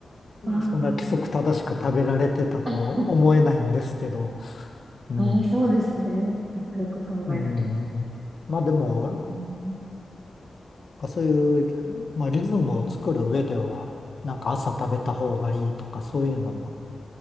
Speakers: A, on the left; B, on the right.
A: うんそんな規則正しく食べられてたとは思えないんですけど、
B: あーあ、
A: うん。
B: あー、
A: う
B: そうですね。よくよく考えると。
A: ん、
B: う
A: うんまあでも、
B: ーん。
A: かそういう、まあ、リズムを作る上では、なんか朝食べた方がいいとか、そういうのは、